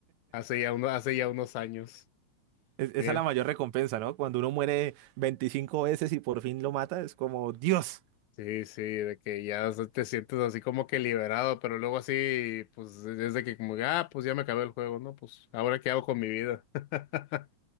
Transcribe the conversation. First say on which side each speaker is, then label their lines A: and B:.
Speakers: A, on the left (about 85°); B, on the right (about 80°).
A: Hace ya uno, hace ya unos años.
B: Es- esa
A: Sí.
B: es la mayor recompensa, ¿no? Cuando uno muere 25 veces y por fin lo mata, es como, Dios,
A: Sí, sí, de que ya o sea, te sientes así como que liberado, pero luego así, pues e, es de que como, ah, pues ya me acabé el juego, ¿no? Pues ahora qué hago con mi vida. <laughs>